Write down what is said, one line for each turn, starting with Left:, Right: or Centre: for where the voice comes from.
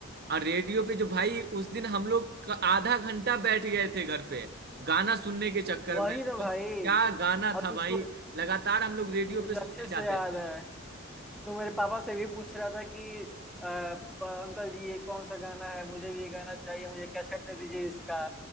Right: और रेडियो पे जो भाई उस दिन हम लोग का आधा घंटा बैठ गए थे घर पे गाना सुनने के चक्कर
Centre: वही
Right: में
Centre: ना भाई
Right: क्या गाना
Centre: और
Right: था
Centre: तुझको
Right: भाई लगातार हम लोग रेडियो
Centre: मुझे
Right: पे सुने
Centre: अच्छे से
Right: जाते
Centre: याद
Right: थे
Centre: है तू मेरे पापा से भी पूछ रहा था कि अ, अ, अंकल जी ये कौन सा गाना है मुझे भी ये गाना चाहिए मुझे कैसेट दे दीजिए इसका